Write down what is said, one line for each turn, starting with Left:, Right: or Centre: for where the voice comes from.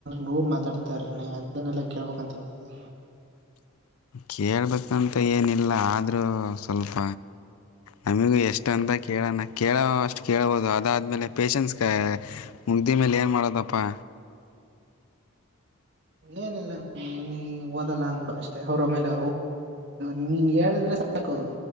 Right: ನೂರ್ ಮಾತಾಡ್ತಾರ <unintelligible> ಅದನ್ನೆಲ್ಲ ಕೇಳ್ಬಕ್ಂತ ಏನಿಲ್ಲ
Left: ಕೇಳ್ಬೇಕಂತ ಏನಿಲ್ಲ ಆದರೂ ಸ್ವಲ್ಪ ನಮಿಗೂ ಎಷ್ಟ ಅಂತ ಕೇಳಣ ಕೇಳ ಅಷ್ಟು ಕೇಳಬಹ <unintelligible> ಅದು ಅದಾದ್ಮೇಲೆ ಪೇಶನ್ಸ್ ಮುಗ್ದಿ ಮೇಲೆ ಏನು ಮಾಡೋದಪ್ಪ
Right: ಏನಿಲ್ಲ <unintelligible> ಓದಲ್ಲ ಅಂದ್ಬಿಡ ಅಷ್ಟ <unintelligible> ಅಷ್ಟ <unintelligible> ಅವ್ರ <unintelligible> ಮೇಲೆ ನಿನ್ ಹೇಳಿದ್ರೆ ಸಾಕು